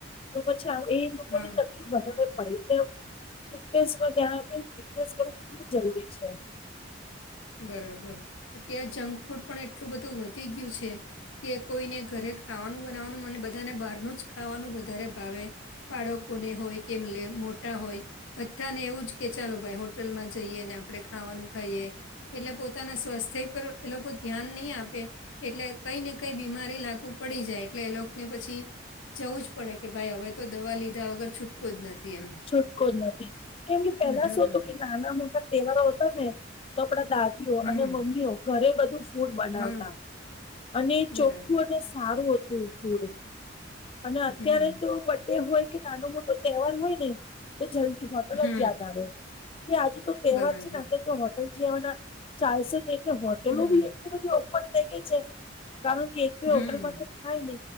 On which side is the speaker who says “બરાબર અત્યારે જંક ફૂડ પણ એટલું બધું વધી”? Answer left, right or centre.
Left